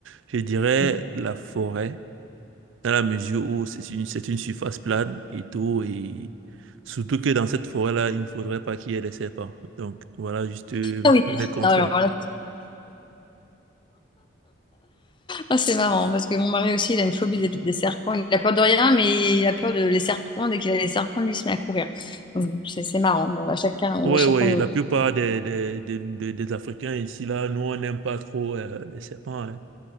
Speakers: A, on the right; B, on the left.
A: je dirais
B: <laughs>
A: la forêt dans la mesure où c'est une, c'est une surface plane et tout, et surtout que dans cette forêt-là, il ne faudrait pas qu'il y ait des serpents. Donc voilà juste euh,
B: Ah oui.
A: <laughs> mes contraintes.
B: Alors là, Ah, c'est marrant, parce que mon mari aussi, il a une phobie des, des serpents. Il a peur de rien, mais il a peur de les serpents. Dès qu'il a les serpents, lui, il se met à courir. Donc, C'est c'est marrant. Bon, on a chacun, on
A: Ouais,
B: a chacun
A: ouais,
B: nos...
A: la plupart des, des, des, des- des Africains ici, là, nous, on n'aime pas trop euh, les serpents, hein,